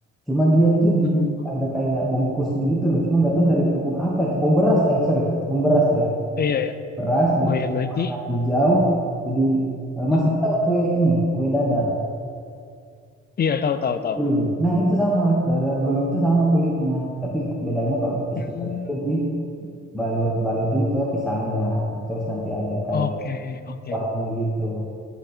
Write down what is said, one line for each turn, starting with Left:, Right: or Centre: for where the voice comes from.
Centre: Cuma dia tuh di
Left: mm-mm,
Centre: ada kayak bungkusnya gitu loh, cuma nggak tahu dari tepung apa, ya, tepung beras eh sorry, tepung beras ya.
Left: Eh, iya, ya.
Centre: Beras dikasih
Left: Oh ya, berarti
Centre: warna hijau. Jadi eh,
Left: mm-mm.
Centre: masnya tahu kue ini, kue dadar.
Left: iya tahu tahu tahu.
Centre: Iya. Nah itu sama, dadar gulung itu sama kulitnya, tapi bedanya kalau festival
Left: Hmm,
Centre: itu di balur balutin ke pisangnya, terus nanti ada kayak
Left: oke, oke.
Centre: kuahnya gitu.